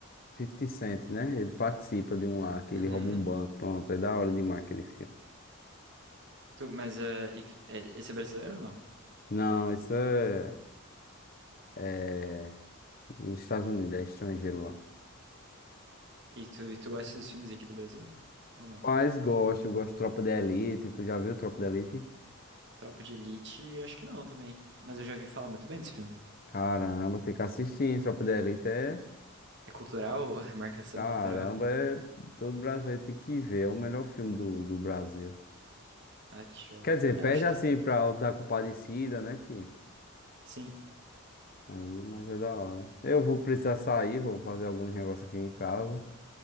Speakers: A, on the left (about 40°); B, on the right (about 55°).
A: 50 Cent, né? Ele participa de um lá, que
B: Uhum.
A: ele rouba um banco, pronto, é da hora demais aquele filme.
B: Tu, mas eh, e fi- eh, esse é brasileiro ou não?
A: Não, isso é. É. Nos Estados Unidos, é estrangeiro lá.
B: E tu, e tu gosta dos filmes aqui do Brasil? Ou não?
A: Mas gosto, gosto de Tropa de Elite, tu já viu Tropa de Elite?
B: Tropa de Elite, acho que não também. Mas eu já vi falar muito bem desse filme.
A: Caramba, tem que assistir, hein? Tropa de Elite é.
B: É cultural? <laughs> É marcação
A: Caramba,
B: cultural?
A: é... todo brasileiro tem que ver. É o melhor filme do, do Brasil.
B: Ah, que show.
A: Quer dizer,
B: Ah,
A: perde
B: eu acho
A: assim
B: que... tu- tu-
A: pra Auto da Compadecida, né? Que...
B: Sim.
A: Aí, mas é da hora. Eu vou precisar sair, vou fazer alguns negócios aqui em casa,